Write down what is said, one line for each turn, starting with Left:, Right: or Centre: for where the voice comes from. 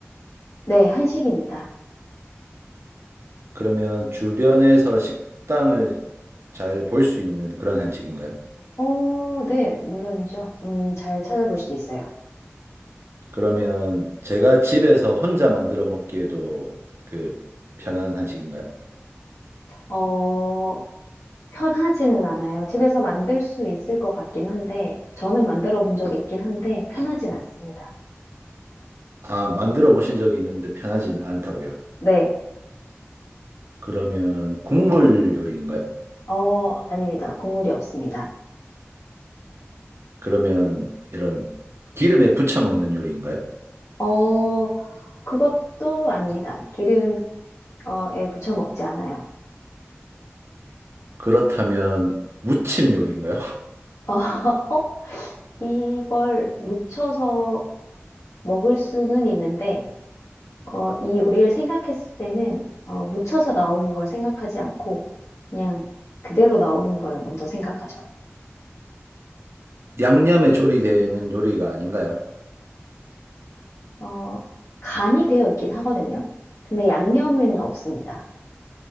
Left: 네. 한식입니다.
Right: 그러면 주변에서 식당을 잘 볼 수 있는 그런 한식인가요?
Left: 어, 네. 물론이죠. 음, 잘 찾아볼 수 있어요.
Right: 그러면 제가 집에서 혼자 만들어 먹기에도 그 편한 한식인가요?
Left: 어, 편하지는 않아요. 집에서 만들 수 있을 것 같긴 한데 저는 만들어 본 적이 있긴 한데 편하진 않습니다.
Right: 아, 만들어 보신 적이 있는데 편하진 않다고요.
Left: 네.
Right: 그러면 국물 요리인가요?
Left: 어, 아닙니다. 국물이 없습니다.
Right: 그러면 이런 기름에 부쳐 먹는 요리인가요?
Left: 어, 그것도 아닙니다. 기름, 어, 에 부쳐 먹지 않아요.
Right: 그렇다면 무침 요리인가요? <laughs>
Left: 어, <laughs> 어? 이걸 무쳐서 먹을 수는 있는데 어, 이 요리를 생각했을 때는 어, 무쳐서 나오는 걸 생각하지 않고 그냥 그대로 나오는 걸 먼저 생각하죠.
Right: 양념에 조리되는 요리가 아닌가요?
Left: 어, 간이 되어 있긴 하거든요. 근데 양념은 없습니다.